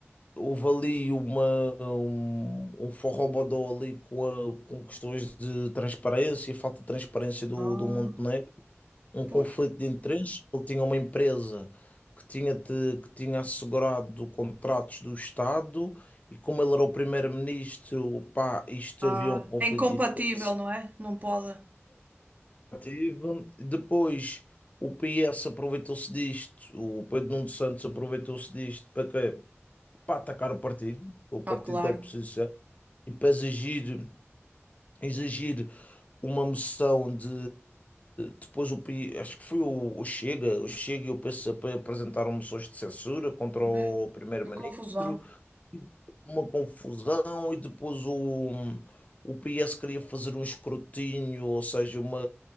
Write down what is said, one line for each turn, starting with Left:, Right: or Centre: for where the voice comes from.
Left: houve ali uma, um, um forrobodó ali com, a- com questões de transparência, falta de transparência do,
Right: Ah,
Left: do Montenegro. um
Right: pois.
Left: conflito de interesses. Ele tinha uma empresa que tinha, de- que tinha assegurado contratos do Estado e como ele era o primeiro-ministro, pá, isto
Right: Ah,
Left: havia um conflito
Right: é incompatível,
Left: de interesses.
Right: não é? Não pode.
Left: comparativo. Depois o PS aproveitou-se disto, o Pedro Nuno Santos aproveitou-se disto para quê? Para atacar o partido, o partido
Right: Ah, claro.
Left: da oposição, e para exigir, exigir uma moção de. Depois o P- I, acho que foi o, o Chega, o Chega e o PCP apresentaram moções de censura contra o
Right: É,
Left: primeiro-ministro,
Right: Que confusão.
Left: uma confusão, e depois o, o PS queria fazer um escrutínio, ou seja, uma,